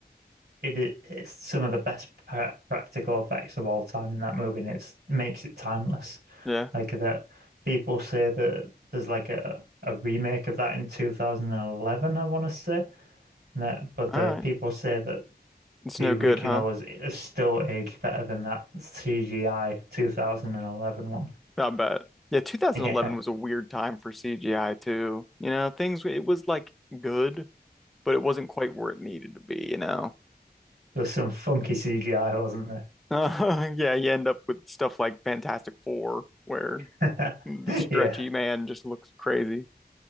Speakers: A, on the right; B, in the centre.
A: it it's some of the best pra practical effects of all time in that movie, and it's makes it timeless.
B: Yeah.
A: Like that, people say that there's like a a remake of that in 2011, I want to say, and that, but
B: All
A: the
B: right.
A: people say that
B: It's
A: the
B: no
A: original
B: good, huh?
A: is, is still aged better than that CGI 2011 one. <laughs>
B: I bet. Yeah, 2011
A: Yeah,
B: was a weird time for CGI too. You know, things it was like good, but it wasn't quite where it needed to be, you know.
A: there's some funky CGI, wasn't
B: <laughs> yeah, you end up with stuff like Fantastic Four where
A: there?
B: the
A: <laughs>
B: stretchy
A: Yeah,
B: man just looks crazy,